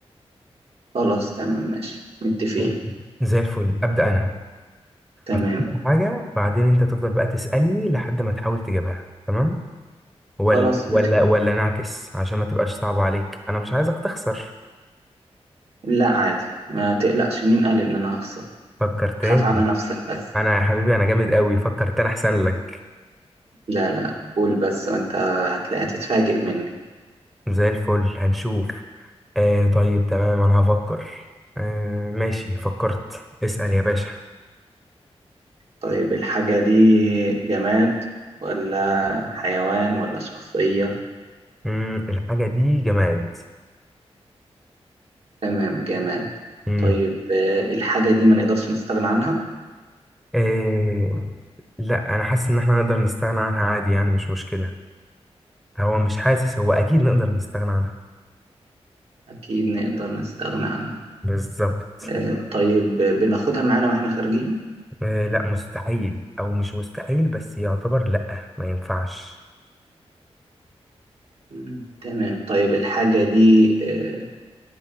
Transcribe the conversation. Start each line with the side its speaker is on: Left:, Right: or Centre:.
Right: خلاص تمام ماشي متفقين
Centre: طيب. زي الفل أبدأ أنا
Right: تمام
Centre: أفكر في حاجة بعدين أنت تفضل بقى تسألني لحد ما تحاول تجيبها تمام ولا
Right: خلاص
Centre: ولا
Right: ماشي
Centre: ولا نعكس عشان ما تبقاش صعبة عليك أنا مش عايزك تخسر
Right: لا عادي ما تقلقش مين قال ان انا هخسر
Centre: فكر تاني
Right: خاف على نفسك بس
Centre: أنا يا حبيبي أنا جامد أوي فكر تاني أحسن لك
Right: لا لا قول بس وانت هتلاقي هتتفاجئ مني
Centre: زي الفل هنشوف آه طيب تمام انا هفكر آه ماشي فكرت اسأل يا باشا
Right: طيب الحاجة دي جماد ولا حيوان ولا شخصية
Centre: مم الحاجة دي جماد
Right: تمام جمال
Centre: مم
Right: طيب آه، الحاجة دي ما نقدرش نستغنى عنها
Centre: آه لا انا حاسس ان احنا نقدر نستغنى عنها عادي يعني مش مشكلة هو مش حاسس هو اكيد نقدر نستغنى عنها
Right: أكيد نقدر نستغنى عنها
Centre: بالظبط
Right: آه، طيب آه، بناخدها معانا وإحنا خارجين
Centre: آه لا مستحيل او مش مستحيل بس يعتبر لا ما ينفعش
Right: مم، تمام طيب الحاجة دي آه،